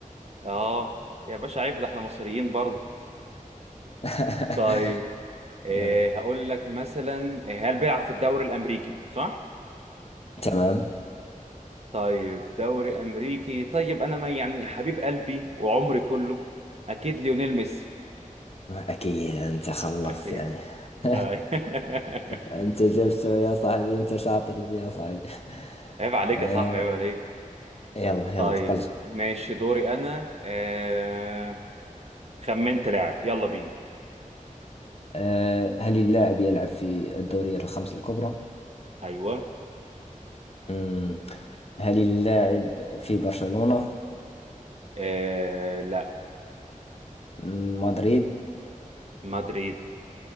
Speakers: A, on the right; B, on the left.
A: اه يا باشا عيب ده احنا مصريين برضه
B: <laughs>
A: <laughs> طيب إيه
B: يلا
A: هقول لك مثلا إيه، هل بيلعب في الدوري الامريكي صح
B: تمام
A: طيب دوري امريكي طيب انا ما يعني حبيب قلبي وعمري كله اكيد ليونيل ميسي
B: أكيد أنت خلصت
A: اكيد
B: يعني <laughs>
A: طيب. <laughs>
B: أنت جبته يا صاحبي أنت شاطر يا صاحبي <laughs>
A: عيب عليك
B: آه
A: يا صاحبي عيب
B: يلا يلا
A: طيب
B: قل
A: ماشي دوري انا آه... خمنت لاعب يلا بينا
B: آه هل اللاعب يلعب في الدوريات الخمس الكبرى؟
A: ايوه
B: مم. هل اللاعب في برشلونة؟
A: آه... لا
B: مم، مدريد؟
A: مدريد